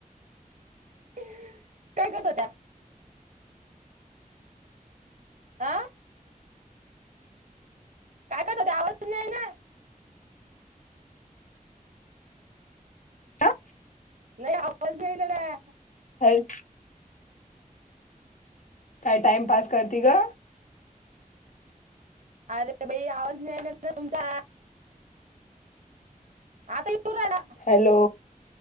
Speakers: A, on the right (about 60°); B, on the left (about 60°).
A: <unintelligible> काय करत होत्या आं काय करत होते आवाज पण नाहीये ना
B: हां
A: नाही <unintelligible>
B: हॅलो काय टाइम पास करती ग
A: अरे बाई आवाज नाहि <unintelligible> ना तुमचा आता येऊ राहिला
B: हॅलो